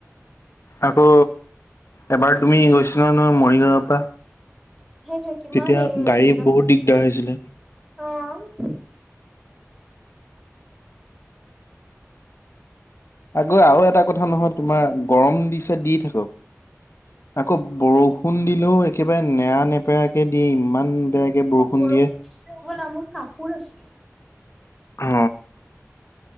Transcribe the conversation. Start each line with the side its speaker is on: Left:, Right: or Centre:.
Left: আকৌ এবাৰ তুমি গৈছিলা নহয় মৰিগাঁৱৰ পৰা
Centre: সেইটো কিমান
Left: তেতিয়া
Centre: দেৰি হৈছিলে
Left: গাড়ী বহুত দিগদাৰ হৈছিলে
Centre: অঁ
Left: আকৌ আৰু এটা কথা নহয় তোমাৰ গৰম দিছে দি থাকক আকৌ বৰষুণ দিলেও একেবাৰে নেৰা নেপেৰাকে দিয়ে ইমান বেয়াকে
Centre: খব বৰষুণ
Left: দিয়ে
Centre: দিছে হবলা মোৰ কাপোৰ আছে
Left: অ